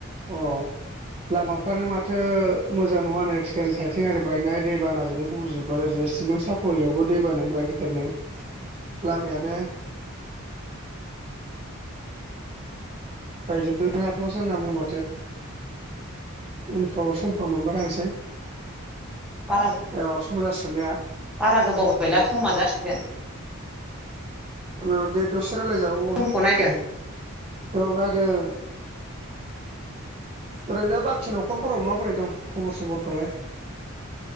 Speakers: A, on the right; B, in the centre.
A: अ लामाफ्रानो माथो मोजां नङा नै ट्रेन साइथिं ओरै बायनाय दै बानाजोंनो गुब्रुजोब्बाय ओरैजाय सिमेन सापरियावबो दै बानाया बिराद गिदिरनो लामायानो बायजोबदोंनो <unintelligible> हाथ'वासो होनना बुंदों माथो उनफ्राव समफोर मोनबा थांसै
B: बारा
A: औ सम जासिगोन ने
B: बारा गोबाव गैला समा जासिगोन
A: औ दे दसे रायलाय जाबावो
B: समखौ नायदों
A: औ नायदों ओरैनो बाखि नखरफोराव माबोरै दं खबर सबरफ्रालाय